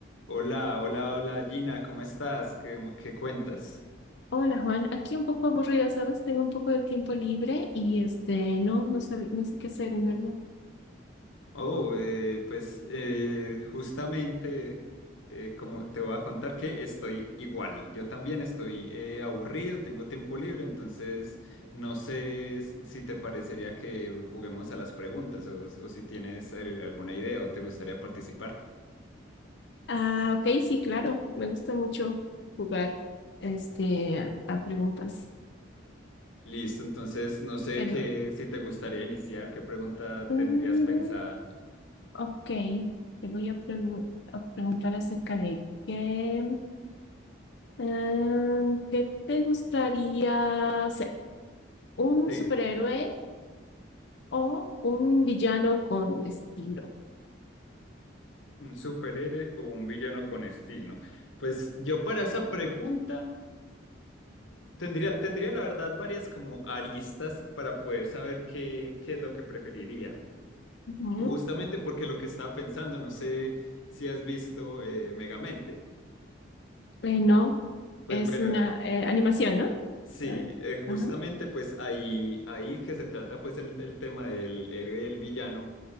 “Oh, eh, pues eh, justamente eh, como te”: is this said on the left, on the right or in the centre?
Left